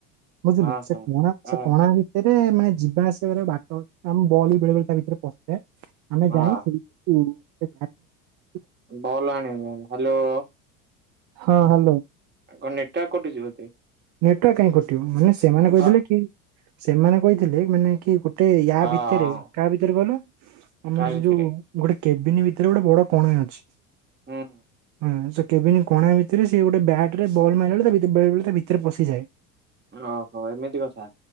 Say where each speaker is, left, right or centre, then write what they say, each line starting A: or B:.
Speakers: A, on the right; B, on the right.
A: ବୁଝିଲୁ
B: ହଁ
A: ସେ
B: ହଁ
A: କଣା
B: ହଁ
A: ସେ କଣା ଭିତରେ- ମାନେ ଯିବା ଆସିବାର ବାଟ ଅଛି ଆମ ବଲ ବେଳେ ବେଳେ ତା ଭିତରେ- <unintelligible> ଆମେ
B: ହଁ
A: ଯାଇଛୁ କିନ୍ତୁ <unintelligible>
B: <unintelligible> ହ୍ୟାଲୋ
A: ହଁ ହ୍ୟାଲୋ।
B: କଣ ନେଟୱର୍କ କଟୁଛି ବୋଧେ।
A: ନେଟୱର୍କ କାହିଁ କଟିବ ମାନେ ସେମାନେ କହିଥିଲେ
B: ଧ
A: କି ସେମାନେ କହିଥିଲେ ମାନେ- କି ଗୋଟେ ୟା
B: ଅ
A: ଭିତରେ କାହା ଭିତରେ କହିଲ। ଆମର
B: କାହା
A: ସେ
B: ଭିତରେ
A: ଯୋଉ ଗୋଟେ- କେବିନ ଭିତରେ ଗୋଟେ ବଡ କଣା ଅଛି।
B: ହୁଁ।
A: ହଁ ସେ କେବିନି କଣା ଭିତରେ ସେ ଗୋଟେ ବ୍ୟାଟରେ ବଲ ମାରିଲା ବେଳେ ତା ଭିତରେ ବେଳେ ବେଳେ ତା ଭିତରେ ପଶିଯାଏ।
B: ଓହୋ ଏମିତି କଥା।